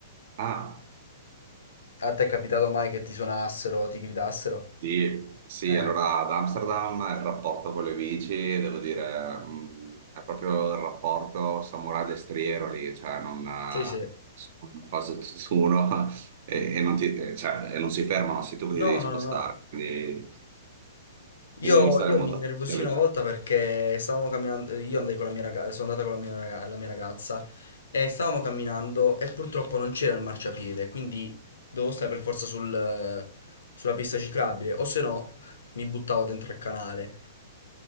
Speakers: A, on the right; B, on the left.
A: Ah.
B: A te è capitato mai che ti suonassero o ti gridassero?
A: Sì, sì,
B: Eh,
A: allora ad Amsterdam il rapporto con le bici, devo dire, mh, è proprio il rapporto samurai destriero lì, cioè non eh,
B: sì, sì.
A: sono quasi tutt'uno <laughs> e, e non ti- eh, cioè, e non si fermano, sei tu che
B: No,
A: ti devi
B: no,
A: spostare,
B: no, no.
A: quindi,
B: Io,
A: quindi devi stare
B: io
A: molto
B: mi innervosii
A: attento
B: una
A: lì.
B: volta perché stavamo camminando, io andai con la mia ragazza, sono andata con la mia, raga- la mia ragazza e stavamo camminando e purtroppo non c'era il marciapiede, quindi dovevo stare per forza sul, sulla pista ciclabile, o se no mi buttavo dentro il canale.